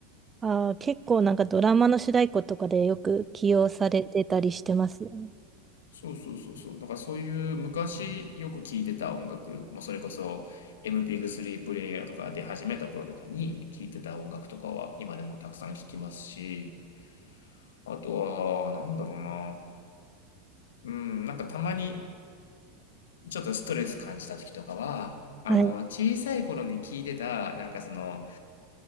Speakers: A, on the right; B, on the left.
A: ああ、結構なんかドラマの主題歌とかでよく起用されてたりしてますよね。
B: そうそうそうそう。だからそういう昔よく聴いてた音楽、もうそれこそ MP3 プレイヤーとか出始めた頃とかに聴いてた音楽とかは今でもたくさん聴きますし、あとは、なんだろうな。うん、なんかたまにちょっとストレス感じた時とかは、あの、
A: はい。
B: 小さい頃に聴いてた、なんかその、